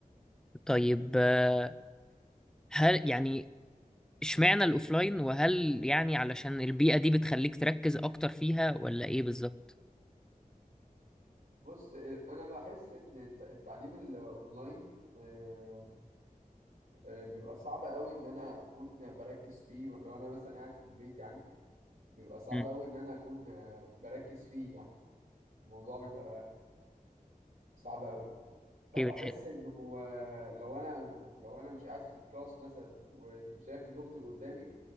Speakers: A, in the centre; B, on the right.
A: طيب آه، هل يعني اشمعنى الاوفلاين وهل يعني علشان البيئة دي بتخليك تركز اكتر فيها ولا ايه بالظبط
B: بص آه، انا بحس ان الت- التعليم الاونلاين أه أه بيبقى صعب قوي ان انا اكون بركز فيه لو انا مثلا قاعد في البيت يعني بيبقى صعب
A: امم
B: قوي ان انا اكون آه، بركز فيه يعني الموضوع بيبقى صعب قوي فبحس
A: ايه بتحب
B: انه آه، لو انا لو انا مش قاعد في الكلاس مثلا وشايف الدكتور قدامي